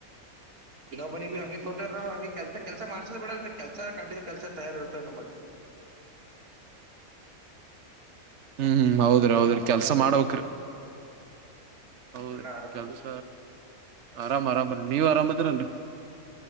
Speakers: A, on the right (about 80°); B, on the right (about 55°).
A: ಇನ್ನೋಬಿನ್ ಬಿ ಹಂಗೆ ತೋತಾರ ಹಂಗೆ ಕೆಲ್ಸ ಕೆಲ್ಸ ಮಾಡ್ಸೋ್ ಬಿಡಲ್ ರಿ ಕೆಲ್ಸ ಕಂಟಿನ್ಯೂ ಕೆಲಸ ತಯಾರಿ ಇರ್ತದೆ ನಮ್ಮಲ್ಲಿ
B: ಹ್ಮ್ ಹೌದ್ರಿ
A: ಮತ್ತ
B: ಹೌದ್ರಿ
A: ಆರಾಮದ
B: ಕೆಲ್ಸ ಮಾಡಬೇಕ್ರಿ. ಹೌದ
A: ಎಲ್ಲಾ
B: ರಿ
A: ಆರಾಮ
B: ಕೆಲ್ಸ ಆರಾಮ್ ಆರಾಮನ್ ನೀವ್ ಆರಾಮ್ ಅದಿರಾಲ್ರಿ.